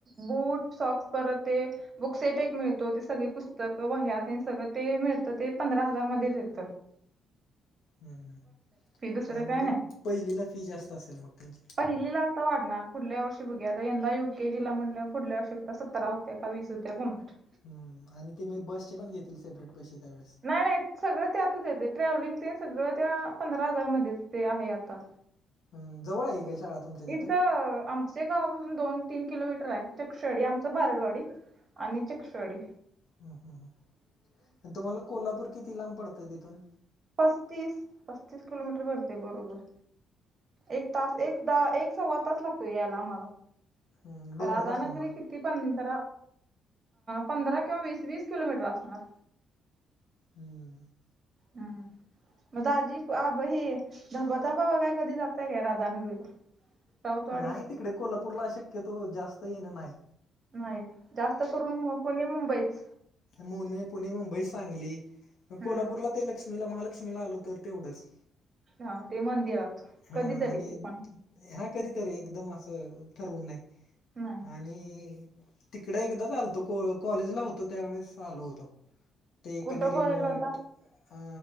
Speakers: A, on the right (about 40°); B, on the left (about 70°).
A: बूट सॉक्स परत ते. बुक सेट एक मिळतो, ते सगळी पुस्तक वह्या तेन सगळं ते, मिळत ते पंधरा हजार मध्येच येत.
B: हम्..
A: दुसरं
B: आणि
A: काय
B: मग
A: नाही
B: पहिलीला फी जास्तं असेल मग त्यांची.
A: पहिलीला आता वाढणार पुढल्या वर्षी बघूया आता, यंदा युके जीला म्हटल्यावर पुढल्या वर्षी आता सतरा. त्या काय वीस होत्या, कोणस ठावूक.
B: हम्म. आणि ते मी बसचे पण घेतील, सेपरेट पैसे त्यावेळेस.
A: नाही नाही सगळं त्यातच येतंय, ट्रॅव्हलिंग तेन सगळं त्या पंधरा हजार मध्येच ते आहे आता.
B: हम. जवळ आहे, काय शाळा. तुमच्या तिथून?
A: इथं आमचे गावापासून दोन तीन किलोमीटर आहे चक्षडी आमचं भारडवाडी. आणि चक्षवाडी.
B: ह् ह ह.. तुम्हाला कोल्हापूर किती लांब पडतं तिथून.
A: पस्तीस पस्तीस किलोमीटर भरते बरोबर. एक तास एक दहा एक सव्वा तास लागतो, यायला आम्हाला
B: हं, डोंगरात
A: राधानगरी
B: असल्यामुळं.
A: कि ती पंधरा पंधरा किंवा, वीस वीस किलोमीटर असणार.
B: हम्म...
A: हम् मग दाजी आभ हे धबाधबा बगा कधी जातंय काय राधानगरीला. राऊतवाडी
B: नाही तिकडे कोल्हापूरला शक्यतो जास्त येणं नाही.
A: नाही जास्तं करून मग पुणे मुंबईच.
B: मुणे पुणे मुंबई सांगली. मग
A: हम्म
B: कोल्हापूरला ते लक्ष्मीला महालक्ष्मीला आलो तर तेवढंच.
A: हा ते मंदिरात
B: हा
A: कधीतरी
B: आणि,
A: ते पण
B: हा कधीतरी एकदम असं, ठरवून नाही
A: नाही
B: आणि तिकडं एकदाच आलतो, कॉलेजला होतो त्यावेळेस आलो होतो. ते
A: कुठं
B: कनेरीमठ
A: कॉलेजला होता
B: हा..